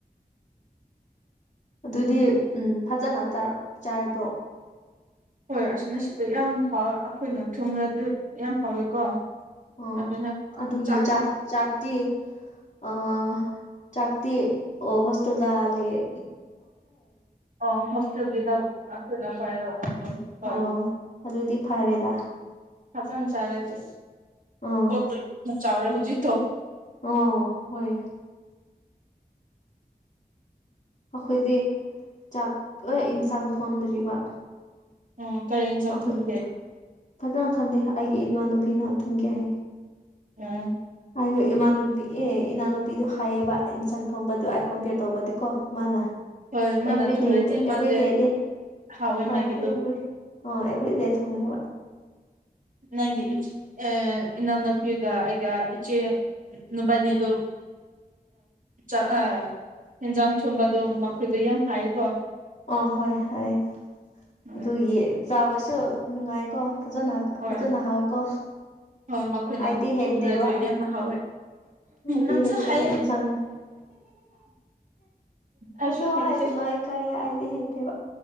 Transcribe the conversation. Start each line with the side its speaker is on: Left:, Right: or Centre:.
Left: ꯑꯗꯨꯗꯤ
Right: ꯑꯗꯨ
Left: ꯎꯝ ꯐꯖꯅ ꯆꯥꯔꯤꯕ꯭ꯔꯣ
Right: ꯍꯣꯏ ꯑꯁꯤꯅ ꯁꯤꯗ ꯌꯥꯝ ꯍꯥꯎꯋꯦ ꯑꯩꯈꯣꯏꯅ ꯊꯨꯡꯅꯗꯤ ꯌꯥꯝ ꯍꯥꯎꯋꯦꯀꯣ
Left: ꯑꯣ
Right: ꯑꯗꯨꯅ
Left: ꯑꯗꯨꯒꯤ
Right: ꯆꯥꯔ
Left: ꯆꯥꯛ ꯆꯥꯛꯇꯤ ꯑ ꯆꯥꯛꯇ ꯑꯣ ꯍꯣꯁꯇꯦꯜꯗ ꯂꯩꯦ
Right: ꯑꯣ ꯍꯣ ꯁꯗꯥ ꯑꯅꯄꯥ ꯍꯣꯏ
Left: ꯑꯣ ꯑꯗꯨꯗꯤ ꯐꯔꯦꯗ
Right: ꯍ ꯐꯖꯅ ꯆꯥꯔꯦꯗꯤ
Left: ꯑꯥ
Right: ꯑꯁ ꯌꯥꯝ ꯆꯥꯎꯔꯦ ꯍꯧꯖꯤꯛꯠꯇꯣ
Left: ꯑꯣ ꯍꯣꯏ ꯑꯩꯈꯣꯏꯗꯤ ꯆꯥꯛ ꯌꯦꯟꯁꯥꯡ ꯊꯣꯟꯗ꯭ꯔꯤꯕ
Right: ꯑ ꯀꯔꯤ ꯏꯟꯖꯥꯡ
Left: ꯑꯩꯈꯣꯏ
Right: ꯊꯨꯝꯒꯦ
Left: ꯐꯖꯅ ꯈꯟꯗꯦ ꯑꯩꯒꯤ ꯏꯃꯅꯨꯄꯤꯅ ꯊꯨꯡꯒꯦ ꯍꯥꯏꯌꯦ
Right: ꯎꯝ
Left: ꯑꯩ ꯏꯃꯥꯟꯅꯨꯄꯤ ꯑꯦ ꯏꯅꯥꯎꯅꯨꯄꯤꯗꯨꯣ ꯍꯥꯏꯌꯦꯕ ꯏꯟꯁꯥꯡ ꯊꯣꯡꯕꯗꯣ ꯑꯩꯥꯏ ꯀꯣꯝꯄꯦꯌꯔ ꯇꯧꯕꯗꯤꯀꯣ ꯃꯥꯅ
Right: ꯍꯣꯏ ꯃꯥꯅ
Left: ꯑꯦꯚꯔꯤ
Right: ꯊꯨꯝꯔꯗꯤ
Left: ꯗꯦ ꯑꯦꯚꯔꯤ
Right: ꯃꯥꯗꯤ
Left: ꯗꯦꯗꯤ
Right: ꯍꯥꯎꯋꯦ
Left: ꯍꯣꯏꯚꯔꯤ
Right: ꯃꯥꯒꯤꯗꯣ
Left: ꯑꯣ ꯑꯦꯕ꯭ꯔꯤ ꯗꯦ ꯊꯣꯡꯉꯦꯕ
Right: ꯅꯪꯒꯤ
Left: ꯎꯝ
Right: ꯑ ꯏ ꯅ ꯅ ꯐꯨꯒ ꯑꯩꯒ ꯏꯆꯦꯕꯅꯤꯗꯨ ꯑ ꯑ ꯌꯦꯟꯖꯥꯡ ꯊꯨꯝꯕꯗꯣ ꯃꯈꯣꯏꯗꯣ ꯌꯥꯝ ꯍꯥꯏꯀꯣ
Left: ꯑꯣ ꯍꯣꯏ ꯍꯣꯏ
Right: ꯎꯝ
Left: ꯑꯗꯨꯒꯤ ꯆꯥꯕꯁꯨ ꯅꯨꯡꯉꯥꯏꯀꯣ ꯐꯖꯅ
Right: ꯍꯣꯏ
Left: ꯐꯖꯅ ꯍꯥꯏꯥꯎꯀꯣ
Right: ꯍꯣꯏ ꯃꯈꯣꯏꯅ
Left: ꯍꯥꯏꯗꯤ ꯍꯦꯠꯇꯦ
Right: ꯊꯨꯝꯔꯗꯤ
Left: ꯋꯥ
Right: ꯌꯥꯝꯅ ꯍꯥꯎꯋꯦ
Left: ꯑꯗꯤ
Right: ꯅꯪꯁꯨ
Left: ꯍꯦꯠꯇꯦꯕ
Right: ꯍꯥꯏꯌꯦ
Left: ꯏꯟ ꯆ
Right: ꯑꯩꯁꯨ
Left: ꯑꯣ ꯋꯥ
Right: ꯍꯩꯇꯦ
Left: ꯍꯥꯏꯒꯅꯣ ꯑꯩ ꯀꯥꯏ ꯍꯥꯏꯗꯤ ꯍꯩꯇꯦꯕ